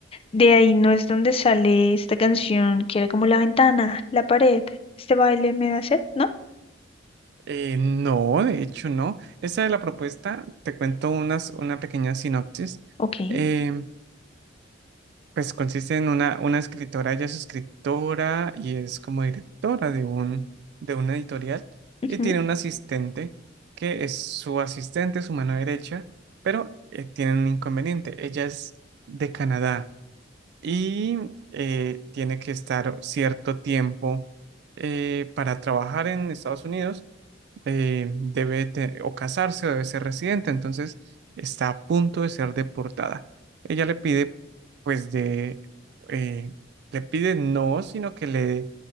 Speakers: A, on the left; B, on the right.
A: De ahí no es donde sale esta canción que era como la ventana, la pared. Este baile me da sed, ¿no?
B: Eh, no, de hecho no. Esa es la propuesta. Te cuento unas, una pequeña sinopsis.
A: Ok.
B: Eh, pues consiste en una, una escritora, ella es escritora y es como directora de un, de una editorial
A: ujú.
B: y tiene un asistente que es su asistente, su mano derecha, pero eh, tiene un inconveniente. Ella es de Canadá. y eh, tiene que estar cierto tiempo eh, para trabajar en Estados Unidos, eh, debe te- o casarse o debe ser residente, entonces está a punto de ser deportada. Ella le pide, pues de, eh, le pide no, sino que le,